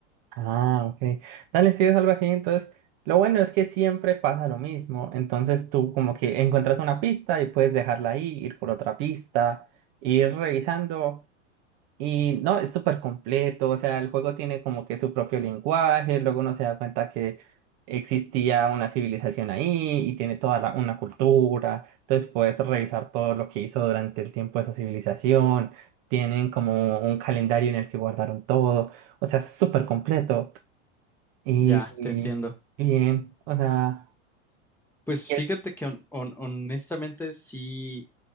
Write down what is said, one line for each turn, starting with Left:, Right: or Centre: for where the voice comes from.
Right: Ah, ok. Dale, si es algo así, entonces lo bueno es que siempre pasa lo mismo. Entonces tú como que encuentras una pista y puedes dejarla ahí, ir por otra pista, ir revisando Y no, es súper completo, o sea, el juego tiene como que su propio lenguaje, luego uno se da cuenta que existía una civilización ahí y tiene toda la- una cultura, entonces puedes revisar todo lo que hizo durante el tiempo esa civilización, tienen como un calendario en el que guardaron todo, o sea, es súper completo y,
Centre: Ya, te entiendo.
Right: y bien, o sea,
Centre: Pues
Right: Yes.
Centre: fíjate que hon- hon- honestamente sí